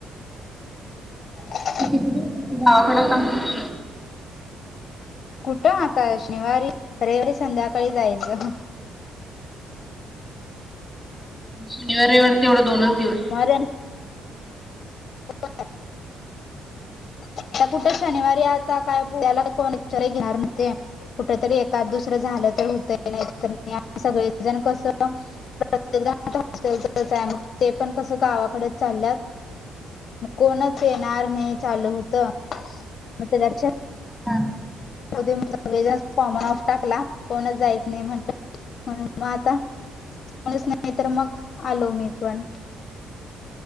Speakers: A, on the left; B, in the centre.
A: किर््््््््््
B: किती दिवस गावाकडे सांगते.
A: कुठं आता शनिवारी रविवारी संध्याकाळी जायचं.
B: शनिवार एवढ तेवढा दोनच दिवस.
A: मर होपर. आता कुठे शनिवारी आता काय याला कोचर घेणार नव्ह. कुठ तरी एकाद दुसरं झालं तर होतही नाही तर सगळेजण कसं प्रत्येकदा आ हॉस्टेलच आहे ते पण कसं गावाकडे चालल्यात. मग कोणच येणार नाही चालू होत मग त्याच्या पेक्षा.
B: हा.
A: म सगळे जात फॉर्म ऑफ टाकला कोणच जायच नाही म्हटलं मग आता. कोणीच नाही तर मग आलो मी पण.